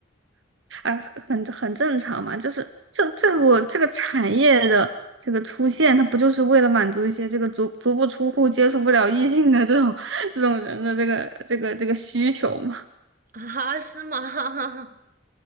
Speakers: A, on the right (about 65°); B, on the right (about 40°).
A: 啊，很很正常嘛，就是这这我这个产业的这个出现，它不就是为了满足一些这个足足不出户、接触不了异性的这种这种人的这个这个这个需求嘛？
B: 啊，是吗？<laughs>